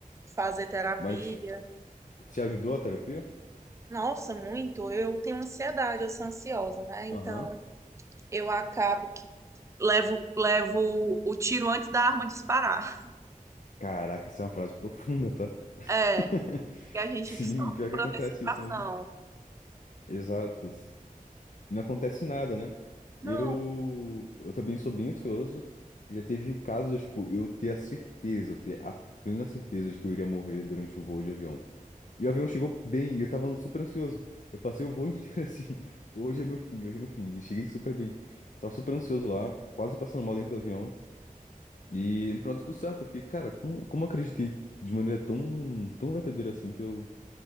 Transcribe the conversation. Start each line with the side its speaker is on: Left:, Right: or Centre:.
Right: Fazer terapia.
Left: Mas te ajudou a terapia?
Right: Nossa, muito. Eu tenho ansiedade, eu sou ansiosa, né? Então,
Left: Aham.
Right: eu acabo que levo, levo o tiro antes da arma disparar.
Left: Caraca, essa é uma frase profunda, tá? <laughs>
Right: É. que a gente
Left: Sim,
Right: sofre
Left: pior
Right: por
Left: que acontece
Right: antecipação.
Left: isso mesmo. Exato. não acontece nada, né?
Right: Não,
Left: Eu, eu também sou bem ansioso. Já teve casos, de, tipo, eu ter a certeza, eu ter a plena certeza de que eu iria morrer durante um voo de avião. E o avião chegou bem, e eu tava super ansioso. Eu passei o voo inteiro <laughs> assim, hoje é meu fim, hoje é meu fim. E cheguei super bem. Tava super ansioso lá, quase passando mal dentro do avião. E no final deu tudo certo. Eu fiquei, cara, como, como eu acreditei de maneira tão, tão verdadeira assim que eu